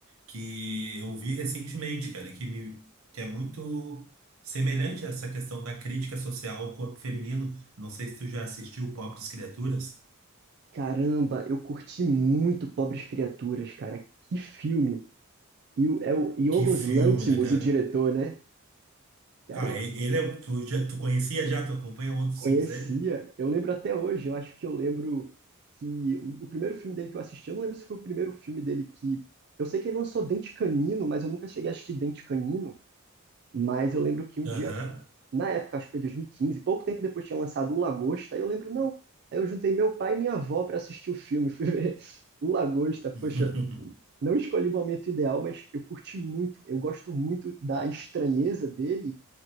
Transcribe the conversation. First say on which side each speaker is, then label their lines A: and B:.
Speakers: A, on the right; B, on the right.
A: que eu vi recentemente, cara, que me que é muito semelhante a essa questão da crítica social ao corpo feminino, não sei se tu já assistiu Pobres Criaturas.
B: Caramba, eu curti muito Pobres Criaturas, cara. Que filme! E o, é o Yorgos
A: Que filme,
B: Lanthimos,
A: né, cara?
B: o diretor, né? Caramba,
A: Ah, e- ele é. Tu, já, tu conhecia já? Tu acompanha outros
B: Conhecia,
A: filmes dele?
B: eu lembro até hoje, eu acho que eu lembro que o, o primeiro filme dele que eu assisti, eu não lembro se foi o primeiro filme dele que. Eu sei que ele lançou Dente Canino, mas eu nunca cheguei a assistir Dente Canino, mas eu lembro que um
A: Aham.
B: dia, na época, acho que foi 2015 pouco tempo depois tinha lançado O Lagosta, aí eu lembro, não, aí eu juntei meu pai e minha avó para assistir o filme, fui ver <laughs> O Lagosta, poxa,
A: <laughs>
B: não escolhi o momento ideal, mas eu curti muito, eu gosto muito da estranheza dele